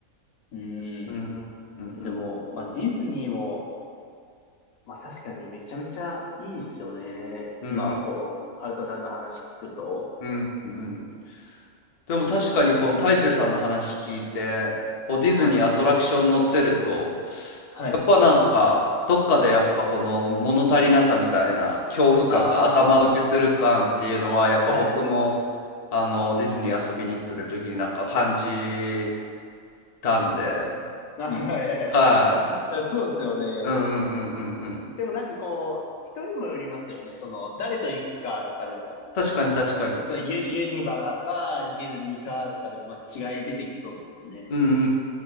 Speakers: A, on the left; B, on the left.
A: うん。
B: うん、うん、
A: でも、
B: うん、
A: まあディズニーも、まあ確かにめちゃめちゃいいですよね。
B: うん、
A: 今、こう、カルトさんの話聞くと。
B: うん、うん。でも確かにこの大勢さんの話聞いて、こうディズニーアトラクション乗ってると、
A: はい。はい。
B: やっぱなんか、どっかでやっぱこの物足りなさみたいな恐怖感が頭打ちする感っていうのは、
A: あ
B: やっぱ僕も
A: あ、はい。
B: あのディズニー遊びに行ってる時になんか感じたんで、
A: <laughs> あはいはい。
B: はい。
A: いやそうですよね。
B: うんうんうんうんうん。
A: でもなんかこう、人にもよりますよね。その、誰と行くかとかでも、
B: 確かに確かに。
A: そうユ、ユニバガか、ディズニーかとかでも、まあ、違い出てきそうですもんね。
B: うんうんう